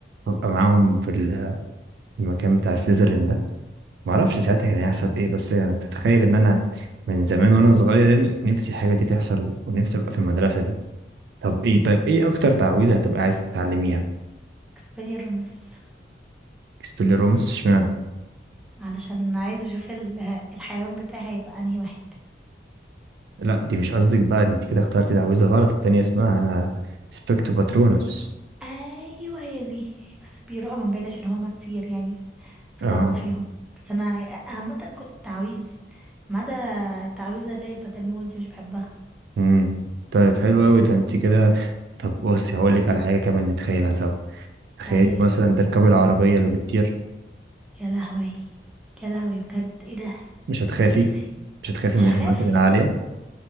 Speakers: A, on the right; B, in the centre.
A: وأبقى معاهم في ال- في المكان بتاع سليذرين ده معرفش ساعتها كان هيحصل إيه بس يعني تتخيل إن أنا من زمان وأنا صغير يعني نفسي حاجة دي تحصل ونفسي أبقى في المدرسة دي طب ايه طيب ايه اكتر تعويذة هتبقى عايز تتعلميها
B: اكسبيليرمس
A: سبيليرومس اشمعنى
B: علشان عايزه اشوف ال- الحيوان بتاعي هيبقى انهي واحد
A: لا دي مش قصدك بقى انت كده اخترتي تعويذة غلط التانية اسمها سبيكتو باترونس
B: ايوه هي دي بس بيروحوا من بالي عشان هما كتير يعني بتلخبط
A: اه
B: فيهم بس انا عامه كل التعاويذ ما عدا التعويذه اللي هي بتاعت الموت دي مش بحبها
A: امم طيب حلو قوي ده انت كده طب بصي هقول لك على حاجة كمان نتخيلها سوا تخيلي
B: تعالى
A: مثلا تركبي العربية اللي بتطير
B: يا لهوي يا لهوي بجد ايه ده
A: مش هتخافي
B: نفسي
A: مش هتخافي
B: هخاف
A: من الأماكن العالية